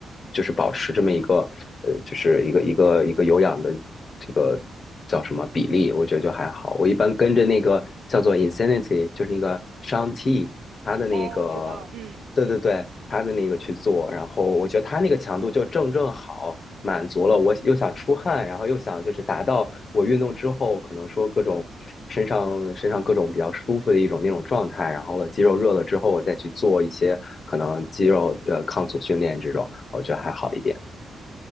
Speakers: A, on the left (about 40°); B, on the right (about 85°).
A: 就是保持这么一个呃，就是一个一个一个有氧的这个叫什么比例，我觉得就还好。我一般跟着那个叫做 Insanity，就是那个 Shaun T。他的那个
B: 哦，我知道，嗯，
A: 对对对，他的那个去做，然后我觉得他那个强度就正正好，满足了我又想出汗，然后又想就是达到我运动之后可能说各种身上身上各种比较舒服的一种那种状态，然后了肌肉热了之后，我再去做一些可能肌肉的抗阻训练这种，我觉得还好一点。